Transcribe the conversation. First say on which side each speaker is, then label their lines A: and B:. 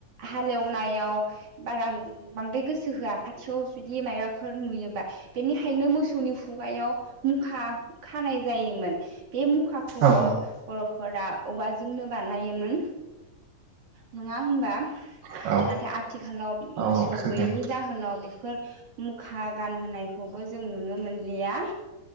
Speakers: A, on the right; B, on the right.
A: हाल एवनायाव बारा बांद्राय गोसो होया खाथियाव जुदि मायबाफोर नुयोबा बेनिखायनो मोसौनि खुगायाव मुखा खानाय जायोमोन बे मुखा खौबो
B: औ औ
A: बर' फोरा औवाजोंनो बानायोमोन नङा होमबा?
B: औ
A: नाथाय आथिखालाव
B: औ
A: मोसौ
B: सैथो
A: गैयिनि जाहोनाव बेफोर मुखा गानहोनायखौबो जों नुनो मोनलिया